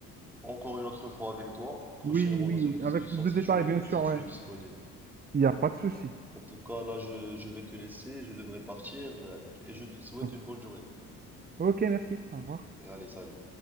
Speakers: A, in the centre; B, on the right.
A: encore une autre fois avec toi, prochainement
B: Oui, oui,
A: dans une discussion
B: avec plus de
A: si
B: détails,
A: tu es
B: bien sûr,
A: si tu
B: ouais.
A: es disponible.
B: Il n'y a pas de souci.
A: En tout cas, là, je, je vais te laisser, je devrais partir euh, et je te souhaite
B: Ok,
A: une bonne journée.
B: Ok, merci. Au revoir.
A: Allez, salut.